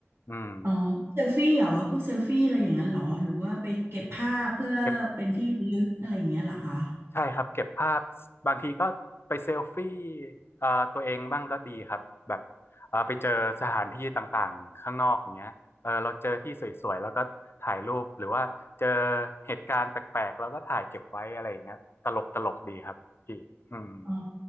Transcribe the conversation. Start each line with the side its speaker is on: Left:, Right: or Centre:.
Left: อืม
Right: อ๋อเซลฟี่เหรอพวกเซลฟี่อะไรอย่างนั้นเหรอหรือว่าไปเก็บภาพเพื่อเป็นที่ระลึกอะไรอย่างเงี้ยเหรอคะ
Left: เก็บใช่ครับเก็บภาพบางทีก็ไปเซลฟี่เอ่อตัวเองบ้างก็ดีครับแบบเอ่อไปเจอสถานที่ต่างๆข้างนอกอย่างเงี้ยเออเราเจอที่สวยๆแล้วก็ถ่ายรูปหรือว่าเจอเหตุการณ์แปลกๆแล้วก็ถ่ายเก็บไว้อะไรอย่างเงี้ยตลกตลกดีครับพี่อืม
Right: อ๋อ